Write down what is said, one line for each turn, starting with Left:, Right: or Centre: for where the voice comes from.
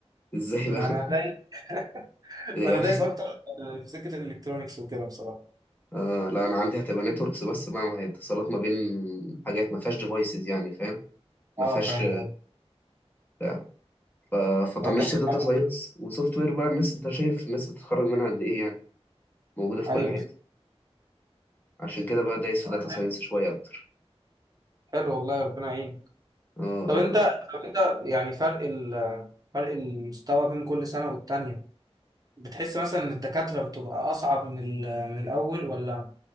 Left: ازاي بقى
Right: ما انا دايس <laughs>
Left: <laughs> يعني
Right: ما انا دايس اكتر في سكه الالكترونيكس وكده بصراحه
Left: آه لا انا عندي هتبقى نتوركس بس بقى ما هي اتصالات ما بين حاجات ما فيهاش ديفايسز يعني فاهم ما
Right: اه
Left: فيهاش
Right: فاهم أهو.
Left: بتاع ف- فطنشت
Right: طب-
Left: داتا
Right: <laughs>
Left: ساينس وسوفت وير بقى الناس انت شايف الناس بتتخرج منها قد ايه يعني موجوده في
Right: ايوه
Left: كل حته
Right: بس-
Left: عشان كده بقى دايس في داتا
Right: حلو
Left: ساينس شوية أكتر
Right: حلو والله ربنا يعينك
Left: آه
Right: طب
Left: آه
Right: انت طب انت يعني فرق ال فرق المستوى بين كل سنه والتانيه بتحس مثلا ان الدكاترة بتبقى اصعب من ال- من الاول ولا